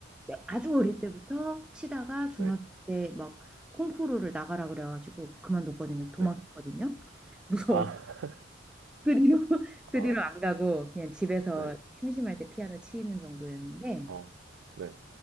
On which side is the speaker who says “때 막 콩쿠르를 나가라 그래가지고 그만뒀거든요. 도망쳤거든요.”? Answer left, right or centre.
Centre